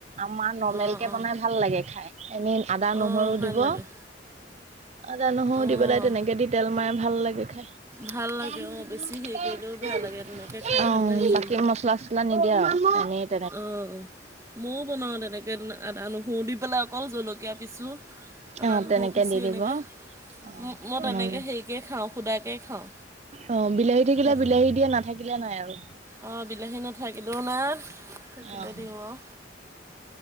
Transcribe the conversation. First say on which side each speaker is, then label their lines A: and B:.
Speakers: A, on the right; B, on the right.
A: আমাৰ নৰ্মেল
B: অঁ
A: কে
B: অঁ
A: বনাই ভাল লাগে খাই এনেই আদা নহৰু
B: অঁ ভাল
A: দিব।
B: লাগে
A: আদা, নহৰু
B: অঁ
A: দি পেলাই তেনেকে দি তেল মাৰে ভাল লাগে খাই।
B: ভাল
A: <unintelligible>
B: লাগে অঁ বেছি হেৰি কৰিলেও বেয়া লাগে তেনেকৈ খাই
A: অ,
B: ভাল লাগে
A: বাকী
B: চোন
A: মছলা <unintelligible> নিদিয়ে আৰু এনে
B: অ, মও বনাওঁ তেনেকে আদা, নহৰু দি পেলাই। অকল জলকীয়া পিছো আদা,
A: অ', তেনেকে
B: নহৰু পিছি
A: দি দিব
B: এনেকে।
A: অ',
B: ম মই তেনেকে
A: উম।
B: হেৰিকেই খাওঁ খুদাকেই খাওঁ।
A: অ, বিলাহী থাকিলে
B: সেইটো
A: বিলাহী দিয়ে নাথাকিলে নাই আৰু।
B: অ, বিলাহী নাথাকিলেও নাই থাকিলে
A: অ'
B: দিওঁ আও।